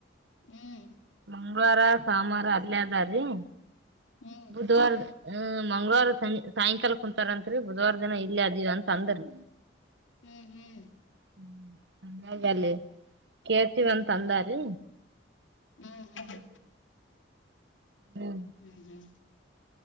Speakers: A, on the left; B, on the right.
A: ಹ್ಮ್
B: ಮಂಗಳವಾರ ಸೋಮವಾರ ಅದಲದಾರ್ರೀ
A: ಹ್ಮ್
B: ಬುಧವಾರ ಹ ಮಂಗ್ವಾರ ಸಂ ಸಾಯಂಕಾಲ ಕುಂತಾರತ್ರಿ ಬುಧವಾರ ದಿನ ಇಲ್ಲ ಅದಿವವ ಅಂತ ಅಂದ್ರೀ
A: ಹ್ಮ್ ಹ್ಮ್
B: ಹ್ಮ ಚನ್ನಾಗಲ್ಲಿ ಕೇಳ್ತೀವಂತ
A: ಹ್ಮ್ ಹ್ಮ್
B: ಅಂದಾರಿ
A: ಹ್ಮ್ ಹ
B: ಹ್ಮ್ <inaudible>
A: ಹ್ಮ್ ಹ್ಮ್